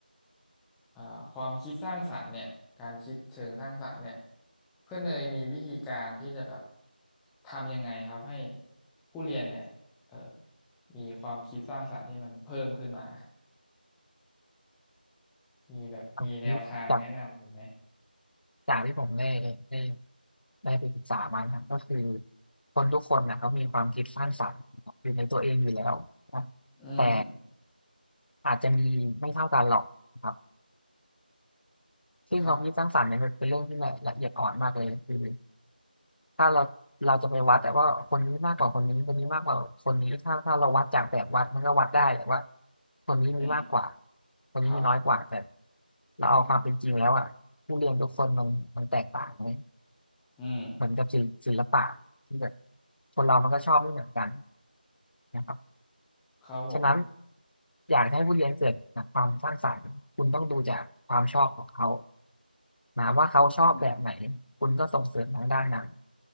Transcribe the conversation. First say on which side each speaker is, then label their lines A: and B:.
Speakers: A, in the centre; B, on the left (about 80°).
A: อ่าความคิดสร้างสรรค์เนี่ยการคิดเชิงสร้างสรรค์เนี่ยเพื่อนเนยมีวิธีการที่จะแบบทำยังไงครับให้ผู้เรียนเนี่ยเอ่อมีความคิดสร้างสรรค์ที่มันเพิ่มขึ้นมามีแบบมีแนวทางแนะนำผมไหม
B: อันนี้จาก จากที่ผมได้ได้ได้ไปศึกษามานะครับก็คือคนทุกคนนะเขามีความคิดสร้างสรรค์นะครับอยู่ในตัวเองอยู่แล้วนะ
A: อืม
B: แต่อาจจะมีไม่เท่ากันหรอกนะครับซึ่งความคิดสร้างสรรค์เนี่ยมันเป็นเรื่องที่ละเอียดอ่อนมากเลยคือ
A: ครับ
B: ถ้าเราเราจะไปวัดแต่ว่าคนนี้มากกว่าคนนี้คนนี้มากกว่าคนนี้ถ้าถ้าเราวัดจากแบบวัดมันก็วัดได้แต่ว่าคนนี้มีมากกว่า
A: อืม
B: คนนี้มีน้อยกว่าแต่
A: ครับ
B: เราเอาความเป็นจริงแล้วอ่ะผู้เรียนทุกคนมันมันแตกต่างไห
A: อืม
B: เหมือนกับศิลป์ศิลปะที่แบบคนเรามันก็ชอบไม่เหมือนกันนะครับ
A: ครับผม
B: ฉะนั้นอยากให้ผู้เรียนเกิดความสร้างสรรค์คุณต้องดูจากความชอบของเขานะว่าเขาชอบแบบไหน
A: อืม
B: คุณก็ส่งเสริมทางด้านนั้น